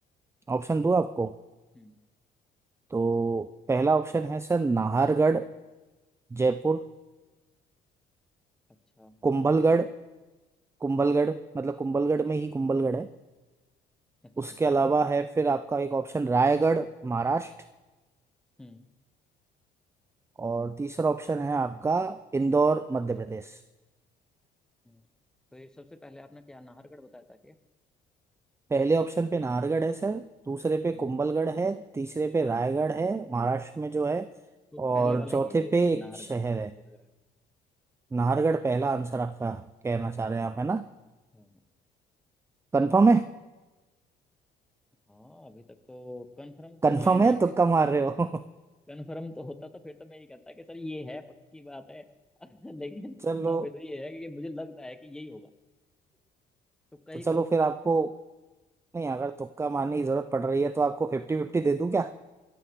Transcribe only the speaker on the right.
ऑप्शन दो आपको
तो पहला ऑप्शन है सर नाहरगढ़ जयपुर
कुंभलगढ़ कुंभलगढ़ मतलब कुंभलगढ़ में ही कुंभलगढ़ है
उसके अलावा है फिर आपका एक ऑप्शन रायगढ़ महाराष्ट्र
और तीसरा ऑप्शन है आपका इंदौर मध्य प्रदेश
पहले ऑप्शन पे नाहरगढ़ है सर दूसरे पे
कुंभलगढ़ है तीसरे पे रायगढ़ है महाराष्ट्र में जो है
और
चौथे
पे एक
शहर
है
नाहरगढ़ पहला आंसर आपका कहना चाह रहे
हैं आप है ना
कंफर्म है
कंफर्म
है तुक्का
मार रहे हो
<laughs> चलो
तो चलो
फिर आपको नहीं अगर तुक्का मारने की जरूरत पड़ रही है तो आपको फिफ्टी फिफ्टी दे दूं क्या